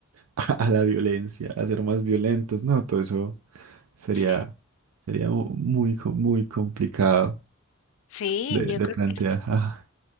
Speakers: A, on the right (about 75°); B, on the left (about 60°).
A: a, a la violencia, a ser más violentos, ¿no? Todo eso sería,
B: sí.
A: sería mu- muy, co- muy complicado
B: Sí,
A: de,
B: yo
A: de
B: creo
A: plantear.
B: que es
A: Ah,